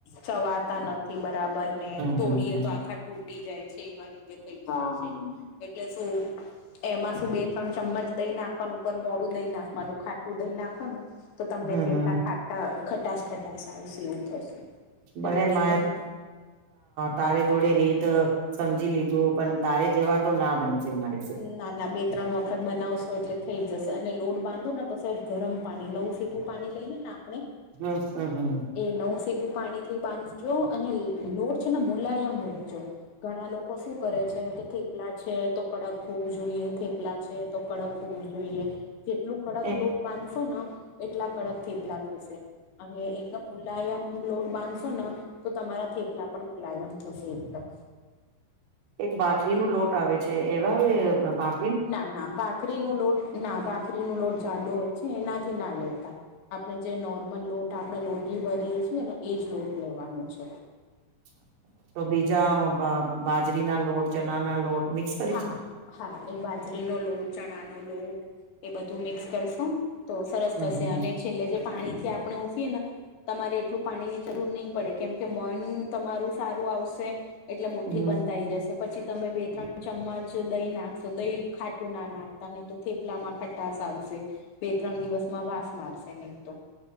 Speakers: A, on the left; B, on the right.
A: ચવાતા નથી બરાબર ને
B: હમ
A: તોડીએ
B: હમ
A: તો આખા તૂટી જાય છે. હા હા, થઈ જ છે એટલે શું એમાં શું બે ત્રણ ચમચ દય નાખવાનું પણ મોડું દહી નાખવાનું ખાટુ દય નાખ કોના તો તમને
B: હમ
A: થેપલા
B: હમ
A: ખાટા ખટાસ ખટાસ આવશે એવું થશે.
B: <unintelligible>
A: એટલે બે ત્રણ
B: તારે જોડે રીત સમજી લીધું પણ તારે જેવા તો ના બનશે મારે
A: ના ના, બે ત્રણ વખત બનાવશો એટલે થઇ જશે અને લોડ બાંધો ને તો સેજ ગરમ પાણી નવ સીકું પાણી લઈએ ને આપણે
B: હમ હમ હમ
A: એ નવું ફેકું પાણીથી બાંધજો અને લોટ છે ને મુલાયમ મૂકજો ઘણા લોકો શું કરે છે કે થેપલા છે તો કડક હોવું જોઈએ થેપલા છે તો કડક હોવું જોઈએ જેટલું કડક
B: એ
A: લોટ બાનશો ન એટલા કડક થેટલા થશે. અને એકદમ મુલાયમ લોટ બાંધશો ન તો તમારા થેપલા પણ મુલાયમ થશે એકદમ
B: એક બાટલી નું લોટ આવે છે એવા બા
A: ના ના, ભાખરી ન લોટ ના ભાખરી ન લોટ જાડુ હોય છે એનાથી ના લેતા આપણે જે નોર્મલ લોટ આપણે લોટલી ભરીએ છીએ ને એ જ લોટ લેવાનું છે.
B: <inaudible> તો બીજા બાજરી ના લોટ ચણાના લોટ મિક્સ કરી
A: હા,
B: છે
A: હા એ બાજરીનો લોટ ચણાનો લોટ એ બધું મિક્સ કરશો તો સરસ
B: હમ
A: થશે
B: હમ
A: અને છેલ્લે જે પાણીથી આપણે ઉઠીએ ના તમારે એટલું પાણીની જરૂર ની પડે કેમ કે મોન તમારું સારું આવશે એટલે મુઠ્ઠી
B: હમ
A: બંધાઈ જશે પછી તમે બે ત્રણ ચમ્મચ દય નાખશો દય ખાટું ના નાખતા નઈ તો થેપલામાં ખટાશ આવશે બે ત્રણ દિવસમાં વાસ મારશે નઈ તો